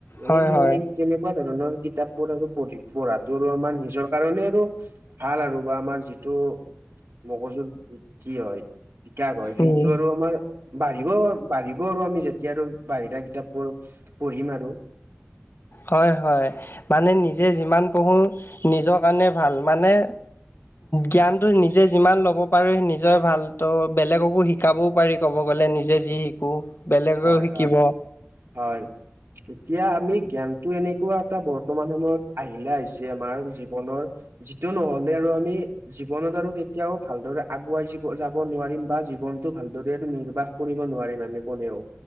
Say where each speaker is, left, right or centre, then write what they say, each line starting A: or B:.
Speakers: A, on the right (about 65°); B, on the left (about 55°).
A: এইখিনিক
B: হয় হয়
A: তেনেকুৱা ধৰণৰ কিতাপবোৰ আৰু পঢ়ি পঢ়াটো আমাৰ নিজৰ কাৰণে আৰু ভাল আৰু, বা আমাৰ যি টো মগজুৰ বৃদ্ধি হয়, বিকাশ হয় সেইটো
B: উম
A: আৰু আমাৰ বাঢ়িব বাঢ়িব আৰু আমি যেতিয়া আৰু বাহিৰা কিতাপবোৰ পঢ়িম আৰু,
B: হয়, হয়, মানে নিজে যিমান পঢ়োঁ নিজৰ কাৰণে ভাল। মানে জ্ঞানটো নিজে যিমান ল'ব পাৰো, নিজৰ ভাল ত' বেলেগকো শিক শিকাবও পাৰি ক'ব গ'লে নিজে যি শিকো বেলেগেও
A: হয়
B: শিকিব
A: হয় হয় এতিয়া আমি জ্ঞানটো এনেকুৱা এটা বৰ্তমান সময়ত আহিলা হৈছে আমাৰ জীৱনৰ যিটো নহলে আৰু আমি জীৱনত আৰু কেতিয়াও ভালদৰে আগুৱাই য যাব নোৱাৰিম বা জীৱনটো ভালদৰে আৰু নিৰ্বাহ কৰিব নোৱাৰিম আমি কোনেও